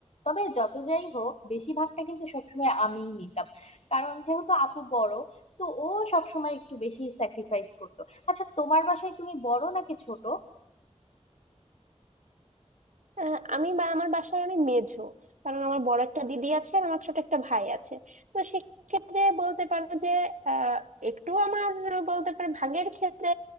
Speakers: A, on the left; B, on the right.
A: তবে যত যাই হোক বেশিরভাগটা কিন্তু সবসময় আমিই নিতাম কারণ যেহেতু আপু বড় তো ও সবসময় একটু বেশি স্যাক্রিফাইস করতো আচ্ছা তোমার বাসায় তুমি বড় নাকি ছোট
B: আহ, আমি বা আমার বাসায় আমি মেঝো কারণ আমার বড় একটা দিদি আছে আর আমার ছোট একটা ভাই আছে তো সেক্ষেত্রে বলতে পারো যে আহ, একটু আমার বলতে পারে ভাগের ক্ষেত্রে